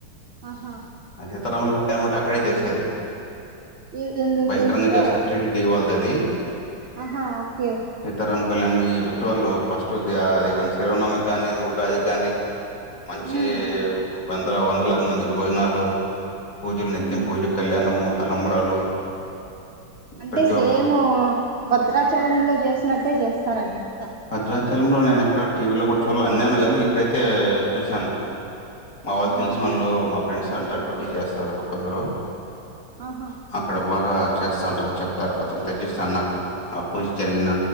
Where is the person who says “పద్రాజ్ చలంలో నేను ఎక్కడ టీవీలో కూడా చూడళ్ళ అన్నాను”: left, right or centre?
Left